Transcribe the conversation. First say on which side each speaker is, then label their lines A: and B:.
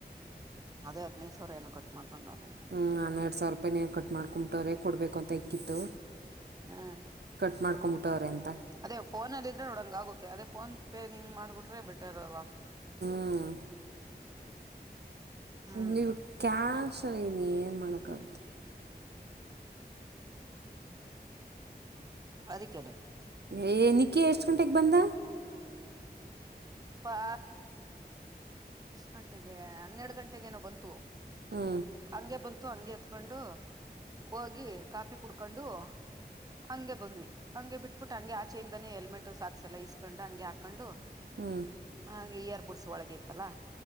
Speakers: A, on the right; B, on the right.
A: ಅದೇ ಹದಿನೈದು ಸಾವರ ಏನು ಕಟ್ ಮಾಡ್ಕೊಂಡವ್ನೆ
B: ಹ್ಞೂ ಹನ್ನೆರಡು ಸಾವಿರ ರೂಪಾಯಿ ನೆ ಕಟ್ ಮಾಡಕೊಂಬಿಟ್ಟವ್ರೇ ಕೊಡಬೇಕು ಅಂತ ಇಕ್ಕಿತ್ತು
A: ಹ್ಮ್
B: ಕಟ್ ಮಾಡ ಕ್ಂಬಿಟ್ಟವ್ರ ಅಂತ
A: ಅದೇ ಫೋನ್ ಅಲ್ಲ ಇದ್ರೆ ನೋಡಂಗ ಆಗುತ್ತೆ ಅದೇ ಫೋನ್ ಪೇ ನಿಂಗ್ ಮಾಡ್ಬಿಟ್ರೆ ಬೆಟರ್ ಅಲ್ವಾ
B: ಹ್ಮ್
A: ಹ್ಮ್
B: ನೀವು ಕ್ಯಾನ್ಸಲ್ಲಿನ ಏನು ಮಾಡೋಕ್ಕಾಗುತ್ತೆ
A: ಅದಕ್ಕೆೇನೆ
B: ಏ ನಿಕ್ಕಿ ಎಷ್ಟು ಗಂಟೆಗೆ ಬಂದ
A: ಅಪ್ಪಾ ಎಷ್ಟ್ ಗಂಟೆಗೆ ಹನ್ನೆರಡು ಗಂಟಗೇನೋ ಬಂತು
B: ಹ್ಞೂ
A: ಹಂಗೆ ಬಂತು ಹಂಗೆ ಎತ್ಕೊಂಡು ಹೋಗಿ ಕಾಪಿ ಕುಡ್ಕೊಂಡು ಹಂಗೆ ಬಂದ್ವಿ ಹಂಗೆ ಬಿಟ್ಬಿಟ್ಟು ಹಂಗೆ ಆಚೆಯಿಂದನೇ ಹೆಲ್ಮೆಟ್ ಸಾಕ್ಸ್ ಎಲ್ಲ ಈಸ್ಕೊಂಡ್ ಹಂಗೆ ಹಾಕೊಂಡು
B: ಹ್ಮ
A: ಹ ಹಂಗೆ ಈಯರ್ ಬುಡ್ಸ ಒಳಗೆ ತ್ತಲ್ಲಾ